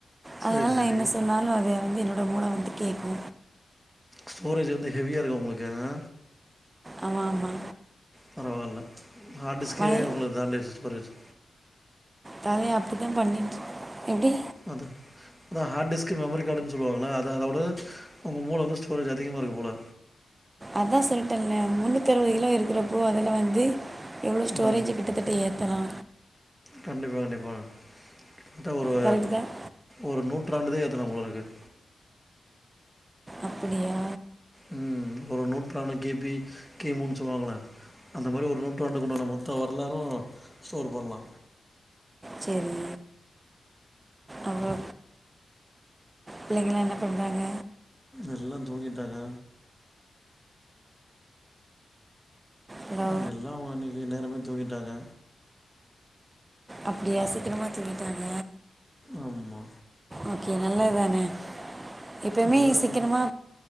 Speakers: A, in the centre; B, on the right (about 30°).
A: சரி
B: அதனால
A: சரி
B: நா என்ன சொன்னாலு அத அது என்னோட மூளை வந்து கேட்கு
A: ஸ்டோரேஜ் வந்து ஹெவியா இருக்கு உங்களுக்கு அ
B: ஆமா ஆமா
A: பரவால்ல ஹார்ட டிஸ்கே
B: வளைய
A: உங்களுக்கு தாண்டே வச்சட்டு போச்சு
B: தலைய அப்டி தா பண்ணிட்டு எப்டி
A: அது அதா ஹார்டி ஸ்கு மெமரி கார்டுன்னு சொல்லுவாங்கள அதா அதவிட உங்க மூளை வந்து ஸ்டோரேஜ் அதிகமா இருக்கு போல
B: அதா சொல்லிட்டேல முன்னுத் அறுவது கிலோ இருக்கிறப்போ அதில வந்து எவ்வளோ ஸ்டோரேஜு
A: ம்
B: கிட்டத்தட்ட ஏ தர
A: கண்டிப்பா கண்டிப்பா மொத்த ஒரு
B: கரெக்டு தான்
A: ஒரு நூற்றாண்டுதே ஏத்தலா போல இருக்குது
B: அப்டியா
A: ம் ஒரு நூற்றாண்டு கி பி கி முன்னு சொல்லுவாங்களே அந்த மாரி ஒரு நூற்றாண்டுக்குண்டான மொத்த வரலாறு ஸ்டோர் பண்ணலா
B: செரி அப்றோ பிள்ளைங்களா என்ன பண்றாங்க
A: எல்லா தூங்கிட்டாங்க
B: ஹலோ
A: ம் எல்லா உ இன்னைக்கி நேரமே தூங்கிட்டாங்க
B: அப்டியா சீக்கிரமா துங்கிட்டாங்க
A: ஆம்மா
B: ஓகே நல்லது தானே எப்பயுமே
A: நல்லதுதான்
B: சீக்கிரமா